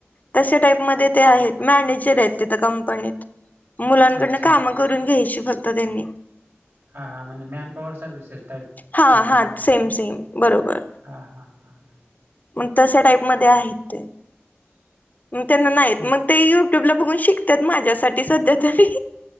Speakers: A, on the left; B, on the right.
A: तशा टाईप मध्ये ते आहेत. मॅनेजरत तिथ कंपनीत. मुलांकडनं
B: अच्छा
A: कामं करून घ्यायची फक्त त्यांनी.
B: हा हा, म्हणजे मॅन पॉवर सर्वि्हसेस टाईप
A: हा
B: कंपनीमध्ये.
A: हा सेम सेम बरोबर
B: हां हां हां हां.
A: मग तशा टाईपमध्ये आहेत ते. मग त्यांना नाय येत.
B: हा
A: मग ते युट्यूब ला बघून शिकतात. माझ्यासाठी सध्या तरी.